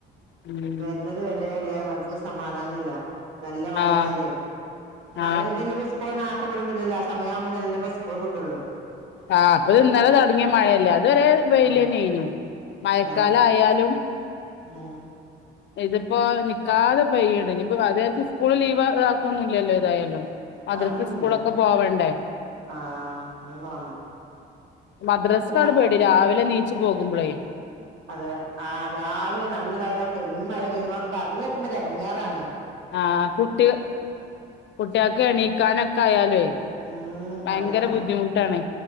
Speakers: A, on the left; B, on the right.
A: ഉം
B: വരണത് വരല്ലേ മനസ്സിക്ക് സമാധാന ഇല്ല നല്ല മഴ
A: ആഹ്
B: ഇതാലേ മഴ
A: ആഹ്
B: ഉണ്ട്ല്ലി ഇ സ്കൂള് നാർത്തെ ബ്ടു സമയ ആവുമ്പ തന്നല്ലപ്പ സ്കൂൾ വിടുള്ളു
A: ആഹ് അപ്പത് ഇന്നലെ തുടങ്ങിയ മഴയല്ലേ അ ഇതൊരെ വെയില
B: ആഹ്
A: നെയനു മഴക്കാലം
B: ആഹ്
A: ആയാലും
B: ആഹ്
A: ഇതിപ്പോ നിക്കാതെ പയ്യുണ്ട് ഇനി ഇപ്പ അത സ്കൂള് ലീവ് ഇതാക്കൊന്നും ഇല്ലല്ലോ ഏതായാലും. മധരത്തി
B: അതൊന്നുമില്ല
A: സ്കൂളൊക്കെ പോവണ്ടേ?
B: ആഹ് അത് പോകണ്ട
A: മദ്രസക്കാണ്
B: പിന്നെ
A: പേടി രാവിലെ നീച്ചു പോകുമ്പളേ.
B: അതെ ആ രാവിലെ നന്നല്ല അവ പെരുമ്പ പെരു പറഞ്ഞ തക്കുമ്പോ അടങ്ങേറണേ.
A: ആഹ് കുട്ടി കുട്ടികക്ക് എണീക്കാനൊക്കെ ആയാലെ.
B: ഉം
A: ഭയങ്കര
B: പറയാണ്ടോ
A: ബുദ്ധിമുട്ടാണ്.